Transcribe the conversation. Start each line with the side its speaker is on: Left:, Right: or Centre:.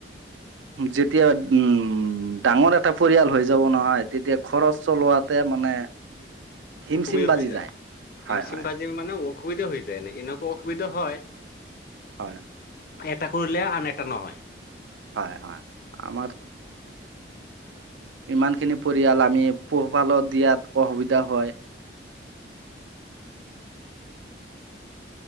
Right: যেতিয়া উম ডাঙৰ এটা পৰিয়াল হৈ যাব নহয় তেতিয়া খৰচ চলোৱাতে মানে হিমচিম
Left: অসুবিধা
Right: বাজি
Left: হৈ যায়।
Right: হয়
Left: হিম চিম
Right: হয়
Left: ভাজিম মানে অসুবিধা হৈ যায় ন এনেকুৱা। অ অসুবিধা হয়।
Right: হয়
Left: এটা কৰিলে আন এটা নহয়।
Right: হয় হয় আমাৰ ইমান খিনি পৰিয়াল আমি পোহপালত দিয়াত অসুবিধা হয়।